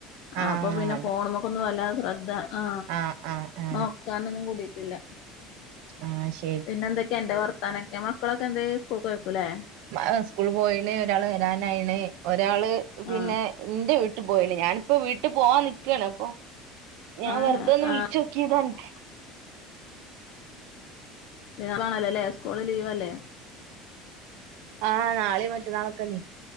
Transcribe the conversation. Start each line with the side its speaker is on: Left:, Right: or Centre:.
Right: ആഹ്
Left: അപ്പൊ പിന്നെ ഫോൺമക്കൊന്നും വല്ലാതെ ശ്രദ്ധ ആ
Right: ആ ആ ആ
Left: നോക്കാനൊന്നും കൂടിട്ടില്ല
Right: ആഹ് ശ
Left: പിന്നെ എന്തൊക്കെയ അന്റെ വർത്താനൊക്കെ മക്കളൊക്കെന്തേ സ്കൂൾക്കോയക്കൂല്ലേ
Right: ആഹ് സ്കൂള് പോയിണ് ഒരാള് വരാനായിണ് ഒരാള് പിന്നെ
Left: ആഹ്
Right: ഇന്റെ വീട്ടി പോയിണ് ഞാനിപ്പോ വീട്ട് പോവാൻ നിക്കാണ് പ്പോ ഞാൻ
Left: ആഹ്
Right: വെറുതൊന്ന്
Left: ആഹ്
Right: വിളിച്ച ച്ചോക്കി താ അൻക്ക്
Left: ലീവാണല്ലോ ലെ സ്കൂള് ലീവ് അല്ലേ
Right: ആഹ് നാളീം മറ്റന്നാളൊക്കെ ലീ